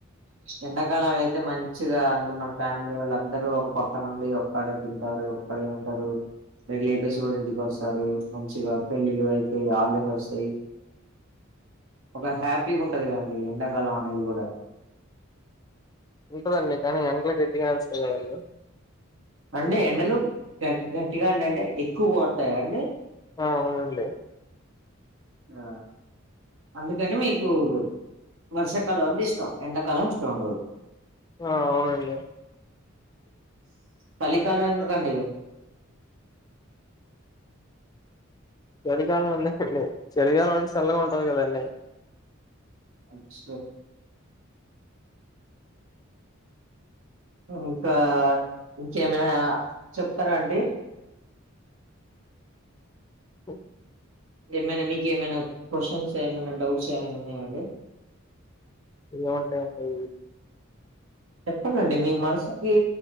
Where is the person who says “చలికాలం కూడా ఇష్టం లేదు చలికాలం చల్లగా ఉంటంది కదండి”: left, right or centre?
Left